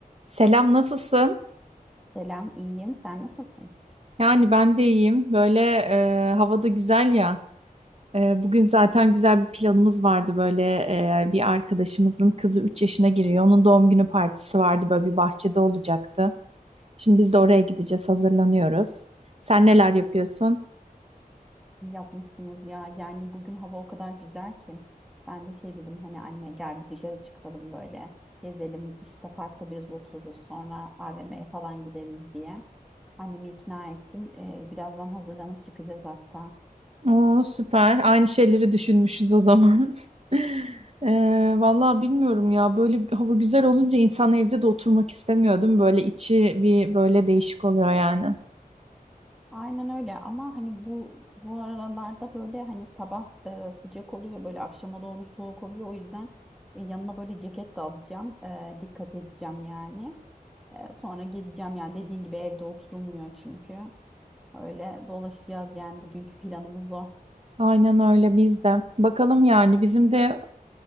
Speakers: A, on the right; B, in the centre.
A: Selam, nasılsın?
B: Selam, iyiyim. Sen nasılsın?
A: Yani ben de iyiyim. Böyle e, havada güzel ya. E, bugün zaten güzel bir planımız vardı. Böyle e, bir arkadaşımızın kızı 3 yaşına giriyor. Onun doğum günü partisi vardı. Böyle bir bahçede olacaktı. Şimdi biz de oraya gideceğiz. Hazırlanıyoruz. Sen neler yapıyorsun?
B: İyi yapmışsınız ya. Yani bugün hava o kadar güzel ki. Ben de şey dedim hani anne gel bir dışarı çıkalım böyle. Gezelim işte parkta biraz otururuz sonra AVM'ye falan gideriz diye. Annemi ikna ettim. Ee, birazdan hazırlanıp çıkacağız hatta.
A: Oo, süper. Aynı şeyleri düşünmüşüz o zaman. <laughs> E, vallahi bilmiyorum ya. Böyle bir hava güzel olunca insan evde de oturmak istemiyordum. Böyle içi bir böyle değişik oluyor yani.
B: Aynen öyle ama hani bu bu aralarda böyle hani sabah e, sıcak oluyor böyle akşama doğru soğuk oluyor. O yüzden e, yanıma böyle ceket de alacağım. E, dikkat edeceğim yani. E, Sonra gezeceğim yani dediğin gibi evde oturulmuyor çünkü. Öyle dolaşacağız yani bugünkü planımız o.
A: Aynen öyle biz de. Bakalım yani bizim de